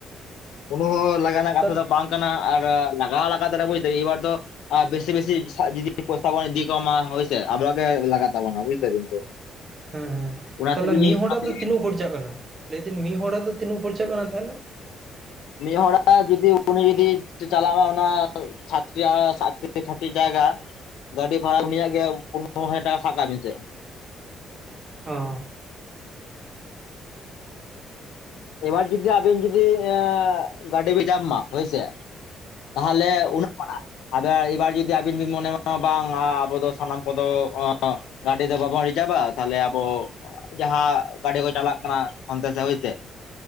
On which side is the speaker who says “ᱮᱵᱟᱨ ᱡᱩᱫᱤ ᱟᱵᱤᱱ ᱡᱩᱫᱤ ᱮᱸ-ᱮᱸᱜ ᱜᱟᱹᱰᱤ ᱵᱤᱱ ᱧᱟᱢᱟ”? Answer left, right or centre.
Left